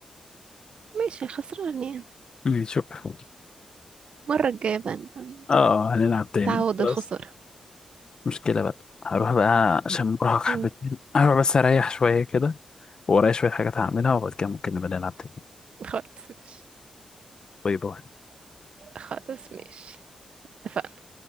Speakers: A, on the right; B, on the left.
A: ماشي خسران يعني
B: مم، شكرا
A: المرة الجاية بقى نبقى
B: اه هنلعب تاني
A: نتعود
B: خلاص
A: الخسارة
B: مشكله بقى هروح بقى عشان مرهق حبتين
A: مم.
B: هروح بس اريح شويه كده ورايا شويه حاجات هعملها وبعد كده ممكن نبقى نلعب تاني
A: خلاص ماشي
B: باي باي
A: خلاص ماشي اتفقنا